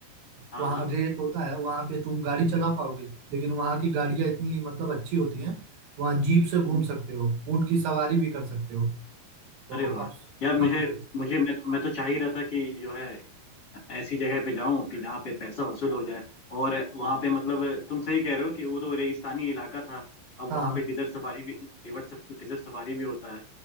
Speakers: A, on the left; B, on the right.
A: हाँ
B: वहाँ
A: हाँ
B: रेत होता है वहाँ पे तुम गाड़ी चला पाओगे लेकिन वहाँ की गाड़ियाँ इतनी मतलब अच्छी होती हैं वहाँ जीप से घूम
A: हम्म,
B: सकते हो ऊँट की सवारी भी कर सकते हो तो
A: अरे वाह
B: अब
A: यार मुझे
B: हाँ
A: मुझे मैं तो मैं तो चाह ही रहा था कि जो है ऐसी जगह पे जाऊं कि जहाँ पे पैसा वसूल हो जाए और वहां पे मतलब तुम सही कह रहे हो कि वो तो रेगिस्तानी इलाका था अब
B: हाँ
A: वहां पे डिजर्ट सफारी भी रिवर सफ, डिजर्ट सफारी भी होता है